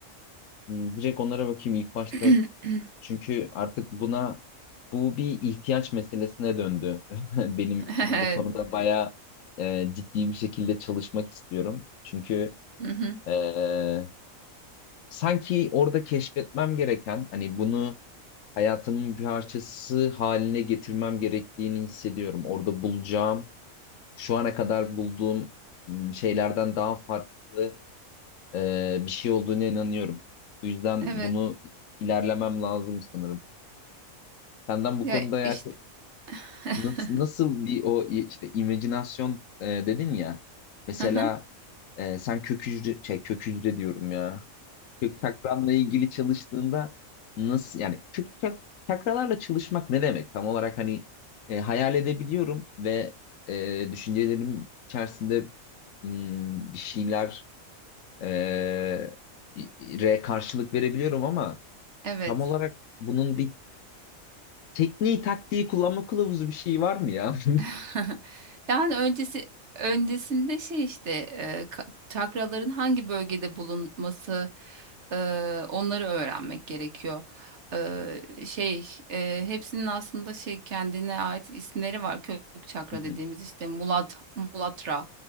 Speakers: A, on the left; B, on the right.
A: Hmm, Direkt onlara bakayım ilk başta
B: <clears throat>
A: Çünkü artık buna bu bir ihtiyaç meselesine döndü <laughs> benim için.
B: Evet.
A: Bu konuda hı. bayağı e, ciddi bir şekilde çalışmak istiyorum. Çünkü
B: Hı hı.
A: e, sanki orada keşfetmem gereken hani bunu hayatımın bir parçası haline getirmem gerektiğini hissediyorum. Orada bulacağım, şu ana kadar bulduğum m, şeylerden daha farklı e, bir şey olduğuna inanıyorum. Bu yüzden
B: Evet.
A: bunu ilerlemem lazım sanırım. Senden bu
B: Ya
A: konuda eğer
B: işte. <laughs>
A: Nasıl, nasıl bir o i- işte imajinasyon e, dedin ya. Mesela
B: Hı hı.
A: e, sen kök hücre, şey, kök hücre diyorum ya. Kök çakranla ilgili çalıştığında nasıl yani kök çak, çakralarla çalışmak ne demek? Tam olarak hani e, hayal edebiliyorum ve e, düşüncelerim içerisinde hmm, bir şeyler e, re karşılık verebiliyorum ama
B: Evet.
A: tam olarak bunun bir tekniği taktiği kullanma kılavuzu bir şey var mı ya? <laughs>
B: <laughs> Yani öncesi öncesinde şey işte e, ka- çakraların hangi bölgede bulunması e, onları öğrenmek gerekiyor. E, şey e, hepsinin aslında şey kendine ait isimleri var. Kök çakra
A: Hı hı,
B: dediğimiz işte Mulat, Mulatra,